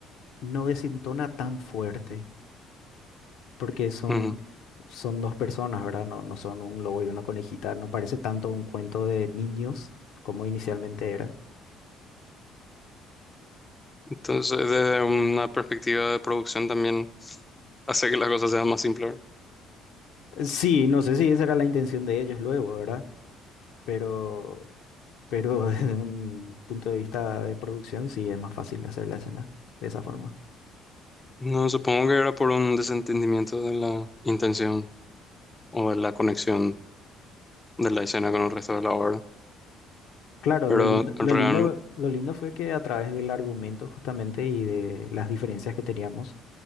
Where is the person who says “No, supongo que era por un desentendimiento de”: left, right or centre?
Left